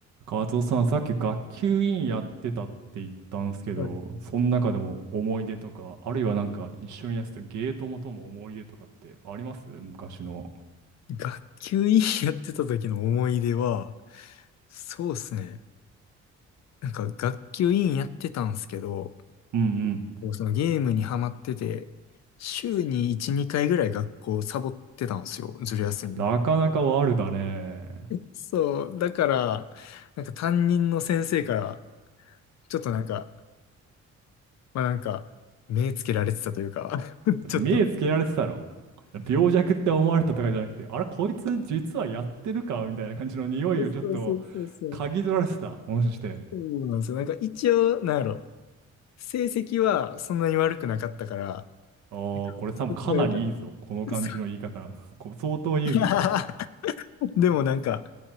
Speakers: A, on the right; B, on the left.
A: カツオさん、さっき学級委員やってたって言ったんですけど、
B: はい。
A: その中でも思い出とか、あるいはなんか一緒にやってたゲートモとの思い出とかってあります昔の。
B: 学級委員やってた時の思い出は、そうですね。なんか学級委員やってたんですけど、
A: うんうん。
B: こうそのゲームにハマってて、週に1、2回ぐらい学校サボってたんですよ。ずる休み。
A: なかなか悪だね。
B: そう。だから、なんか担任の先生から、ちょっとなんか、まあなんか、目つけられてたというか、<laughs> ちょっと
A: 目つけられてたの。病弱って思われたとかじゃなくて、あれ、こいつ実はやってるかみたいな感じの匂いをちょっと
B: えそうそうそうそう。
A: 嗅ぎ取られてた。もしかして。
B: そうなんですよ。なんか一応、なんやろ、成績はそんなに悪くなかったから、
A: ああ、
B: <laughs> なんかそこはよかっ
A: これ多分かなりいいぞ。この感じの言い方。
B: たです。
A: こ相当いいぞ。
B: <laughs> でもなんか、